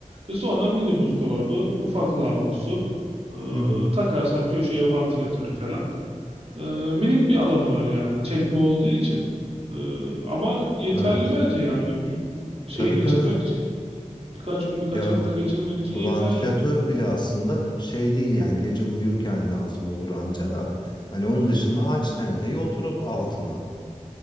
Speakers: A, on the right; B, on the left.
A: E, sonra mini buzdolabı, ufak lavabosu, e,
B: Hı hı.
A: takarsan köşeye vantilatörü falan. E, minik bir alanı var yani çekme olduğu için. E, ama yeterli
B: Evet.
A: bence yani bir şey
B: Tabii
A: geçirmek
B: tabii.
A: için birkaç gün birkaç
B: Ya
A: hafta geçirmek için
B: vantilatör
A: yeterli.
B: bile aslında şey değil yani gece uyurken lazım olur anca da. Hani onun dışında aç tenteyi otur altına.